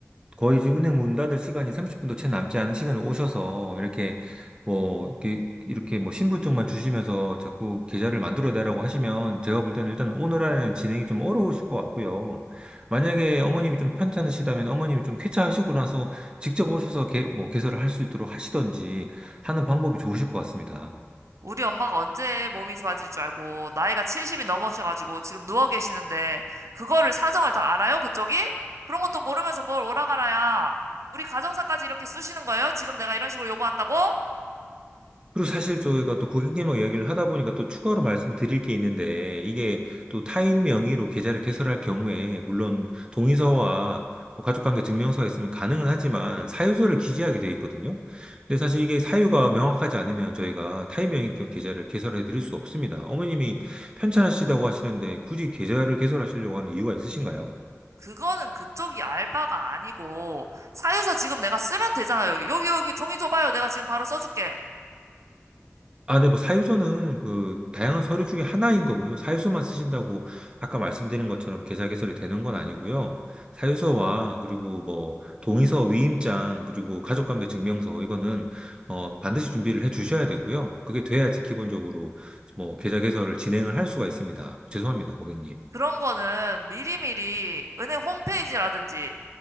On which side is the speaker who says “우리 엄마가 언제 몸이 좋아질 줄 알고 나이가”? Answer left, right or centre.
Right